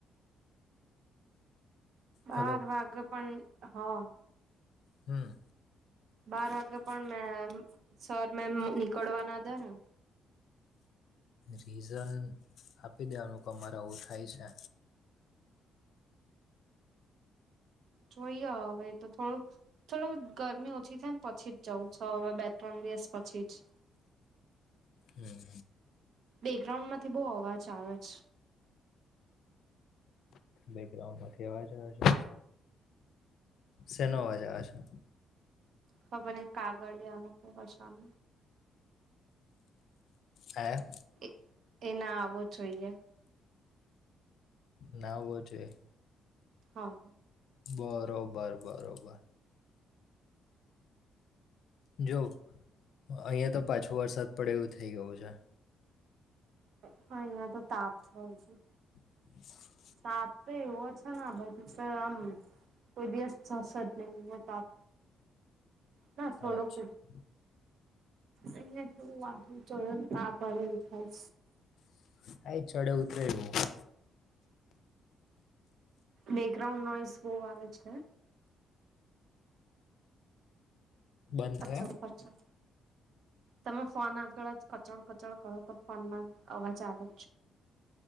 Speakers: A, on the right (about 70°); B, on the left (about 70°).
A: બાર
B: હલો
A: વાગે પણ હા.
B: હમ્મ.
A: બાર વાગે પણ મેમ સર મેમ નીકળવા ના દે ને
B: રીઝન આપી દેવાનું કે મારે આવું થાય છે.
A: જોઈએ હવે તો થોડુંક થોડું ગરમી ઓછી થાય ન પછી જ જવું છ, હવે બે ત્રણ દિવસ પછી જ
B: હમ્મ.
A: બેકગ્રાઉન્ડ માંથી બઉ અવાજ આવે છ.
B: બેકગ્રાઉન્ડ માંથી અવાજ આવે છે? શેનો અવાજ આવે છે?
A: ખબર નઈ કાગળિયાનો અવાજ આવ
B: આયા
A: એ એ ના આવવો જોઈએ.
B: ના આવવો જોઈએ
A: હા
B: બરોબર બરોબર. જો અહીંયા તો પાછો વરસાદ પડે એવું થઈ ગયું છે.
A: અહં અહીંયા તો તાપ થ છે હજી.
B: <inaudible>
A: તાપ તો એવો છે ને ભ સર આમ, કોઈ દિવસ થશે જ નહી એવો તાપ. ના થોડો.
B: અચ્છા
A: <unintelligible> અહીને થોડું વાંધું ચ એ ના પડેલ થાય.
B: <unintelligible> ત્રેવું. <unintelligible>
A: બેકગ્રાઉન્ડ નોઈસ બહુ આવે છે.
B: બંધ
A: અચ્છા
B: થયા
A: અચ્છા. તમે ફોન આગળ જ કચડ કચોડ કરો તો ફોનમાં અવાજ આવે.